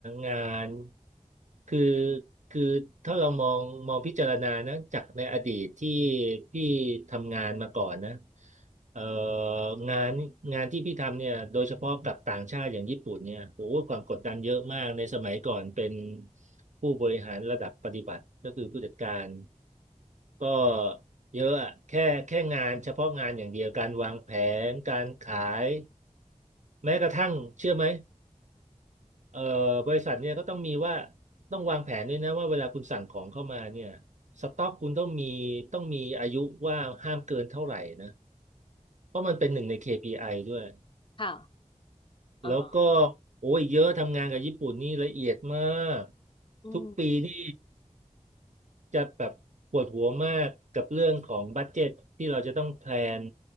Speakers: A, on the right; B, on the left.
A: งานคือคือถ้าเรามองมองพิจารณานะจากในอดีตที่พี่ทำงานมาก่อนนะเอ่องานงานที่พี่ทำเนี่ยโดยเฉพาะกับต่างชาติอย่างญี่ปุ่นเนี่ยโอ้โหความกดดันเยอะมากในสมัยก่อนเป็นผู้บริหารระดับปฏิบัติก็คือผู้จัดการก็เยอะอะแค่แค่งานเฉพาะงานอย่างเดียวการวางแผนการขายแม้กระทั่งเชื่อไหม เอ่อบริษัทเนี่ยก็ต้องมีว่าต้องวางแผนด้วยนะว่าเวลาคุณสั่งของเข้ามาเนี่ยสต็อกคุณต้องมีต้องมีอายุว่าห้ามเกินเท่าไหร่นะเพราะมันเป็นหนึ่งใน KPI ด้วย
B: ค่ะอ่าฮะ
A: แล้วก็โอ้ยเยอะทำงานกับญี่ปุ่นนี่ละเอียดมาก
B: อืม
A: ทุกปีนี่จะแบบปวดหัวมากกับเรื่องของบัดเจ็ตที่เราจะต้องแพลน